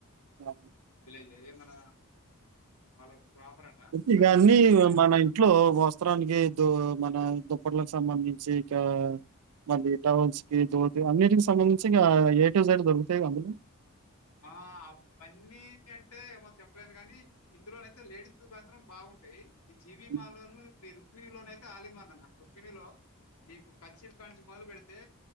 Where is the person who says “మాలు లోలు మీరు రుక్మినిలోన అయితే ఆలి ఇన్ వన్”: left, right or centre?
Left